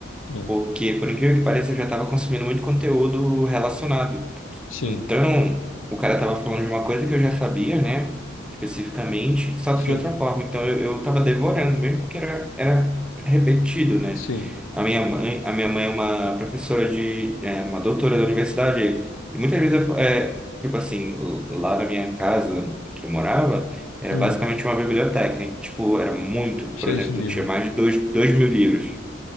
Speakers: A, on the left; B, in the centre.
A: hum.
B: porque por incrível que pareça, eu já estava consumindo muito conteúdo relacionado.
A: Sim,
B: Então, o cara tava falando de uma coisa que eu já sabia, né? Especificamente, só
A: sim,
B: que de outra forma. Então, eu, eu tava devorando mesmo porque era, era repetido, né?
A: sim.
B: A minha mãe, a minha mãe é uma professora de, é, uma doutora da universidade. E muitas vezes, eu- é, tipo assim, o- lá na minha casa que eu morava, era
A: Hum.
B: basicamente uma biblioteca. E, tipo, era muito,
A: Cheio
B: por exemplo,
A: de livro.
B: tinha mais de dois, dois mil livros.